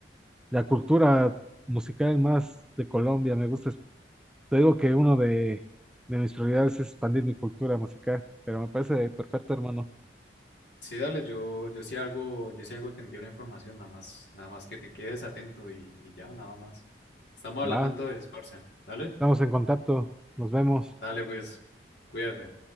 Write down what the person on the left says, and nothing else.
Sí, dale, yo, yo si algo, yo si algo te envío la información, nada más, nada más que te quedes atento y, y ya, nada más. Estamos hablando
entonces, Marcia. Dale.
Dale, pues, cuídate.